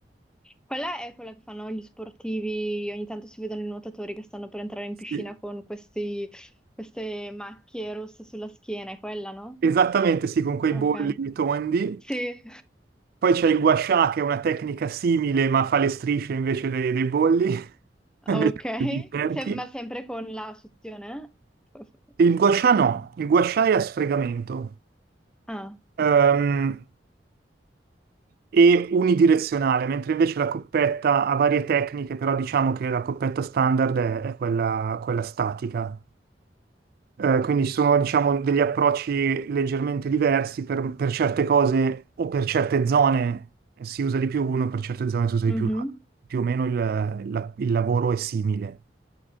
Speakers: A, in the centre; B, on the right (about 60°).
A: Quella è quella che fanno gli sportivi, ogni tanto si vedono i nuotatori che stanno per entrare in
B: Sì.
A: piscina con questi- queste macchie rosse sulla schiena, è quella, no?
B: Esattamente, sì, con quei
A: Ok.
B: bolli tondi.
A: Sì,
B: Poi c'è il guascià, che è una tecnica simile, ma fa le strisce invece dei, dei bolli, <laughs> invece
A: ok.
B: dei cerchi.
A: Se- ma sempre con la suzione? eh?
B: Il guascià no, il guascià è a sfregamento
A: Ah,
B: ehm, e unidirezionale, mentre invece la coppetta ha varie tecniche, però diciamo che la coppetta standard è, è quella, quella statica. Eh, quindi ci sono, diciamo, degli approcci leggermente diversi per, per certe cose o per certe zone si usa di più uno, per certe zone si usa di
A: mhm.
B: più l'altro. Più o meno il, la- il lavoro è simile.